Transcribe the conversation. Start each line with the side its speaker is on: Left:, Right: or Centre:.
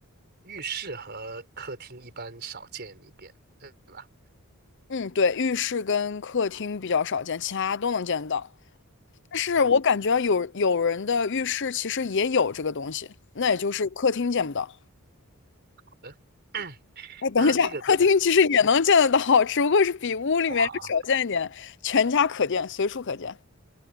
Right: 浴室和客厅一般少见一点，对吧？
Left: 嗯，对，浴室跟客厅比较少见，其他都能见到。但是我感觉有有人的浴室其实也有这个东西，
Right: 嗯，
Left: 那也就是客厅见不到。
Right: 好的。<clears throat>
Left: 哎，等一下，
Right: 那这个
Left: 客厅其实也能见得到，只不过是比屋里面要少见一点，
Right: 火
Left: 全家可见，随处可见。